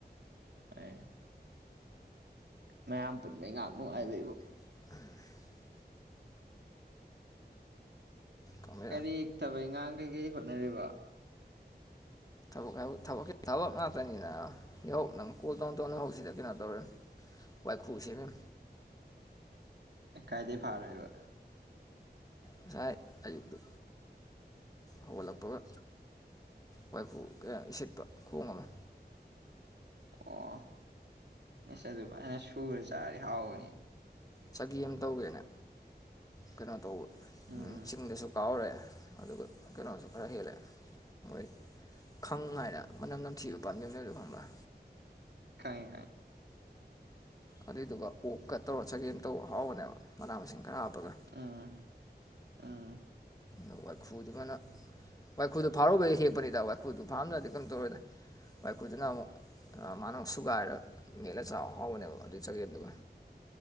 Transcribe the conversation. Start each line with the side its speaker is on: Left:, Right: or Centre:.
Right: ꯑꯦ꯫ ꯃꯌꯥꯝ ꯄꯨꯟꯕꯩ ꯉꯥꯛ ꯅꯨꯡꯉꯥꯏꯕꯩꯕꯨ꯫
Left: <inaudible> ꯀꯃꯥꯏꯅ
Right: ꯀꯔꯤ ꯊꯕꯥꯛ ꯏꯪꯈꯥꯡ ꯀꯩꯀꯩ ꯍꯣꯠꯅꯔꯤꯕ꯫
Left: ꯊꯕꯛ ꯍꯥꯏꯕꯥ ꯊꯕꯛꯁꯦ ꯊꯕꯛ ꯉꯥꯛꯇꯅꯤꯅ ꯌꯍꯧ ꯅꯪ ꯀꯣꯜ ꯇꯧ ꯇꯣꯅꯥꯍꯧꯁꯤꯗ ꯀꯩꯅꯣ ꯇꯧꯔꯦ ꯋꯥꯏꯈꯨ ꯁꯦꯝꯃꯦ
Right: ꯑꯩ ꯀꯥꯏꯗꯩꯩ ꯐꯥꯔꯒ
Left: ꯉꯥꯁꯥꯏ ꯑꯌꯨꯛꯇꯨ꯫ ꯍꯧꯒꯠꯂꯛꯄꯒ ꯋꯥꯏꯈꯨ ꯀꯌꯥ ꯏꯁꯤꯠꯄ ꯈꯣꯡ ꯑꯃ꯫
Right: ꯑꯣ ꯏꯁꯁ ꯑꯗꯨ ꯐꯥꯖꯅ ꯁꯨꯔ ꯆꯥꯔꯗꯤ ꯍꯥꯎꯕꯅꯤꯅꯦ꯫
Left: ꯆꯒꯤ ꯌꯥꯝ ꯇꯧꯋꯦꯅ ꯀꯩꯅꯣ ꯇꯧꯕ꯫
Right: ꯎꯝ
Left: ꯆꯤꯡꯗꯁꯨ ꯀꯥꯎꯔꯦ ꯑꯗꯨꯒ ꯀꯩꯅꯣꯁꯨ ꯈꯔ ꯍꯦꯜꯂꯦ ꯃꯣꯏ ꯈꯪ ꯍꯥꯏꯅ ꯃꯅꯝ ꯅꯝꯊꯤꯕ ꯄꯥꯝꯕꯤ ꯑꯃ ꯂꯩꯕꯗꯣ ꯈꯪꯕ꯭ꯔꯥ
Right: ꯈꯪꯉꯦ ꯈꯪꯉꯦ
Left: ꯑꯗꯨꯏꯗꯨꯒ ꯑꯣꯛꯀ ꯇꯧꯔ ꯆꯒꯦꯝ ꯇꯧꯔ ꯍꯥꯎꯕꯅꯦꯕ ꯃꯅꯥ ꯃꯁꯤꯡ ꯈꯔ ꯍꯥꯞꯄꯒ
Right: ꯎꯝ ꯎꯝ
Left: ꯅ ꯋꯥꯏꯈꯨꯗꯨꯒꯅ ꯋꯥꯏꯈꯨꯗꯨ ꯐꯥꯔꯨꯕꯩ ꯍꯦꯛꯄꯅꯤꯗ ꯋꯥꯏꯈꯨꯗꯨ ꯐꯥꯔꯨꯕꯩ ꯍꯦꯛꯄꯅꯤꯗ ꯋꯥꯏꯈꯨꯗꯨ ꯐꯔꯝꯗꯔ꯭ꯗꯤ ꯀꯩꯝ ꯇꯧꯔꯣꯏꯗ ꯋꯥꯏꯈꯨꯗꯨꯅ ꯑꯃꯨꯛ ꯃꯥꯅ ꯁꯨꯒꯥꯏꯔ ꯃꯦꯠꯂ ꯆꯥꯎ ꯍꯥꯎꯕꯅꯦꯕ ꯑꯗꯩꯩ ꯆꯒꯦꯝꯗꯨꯒ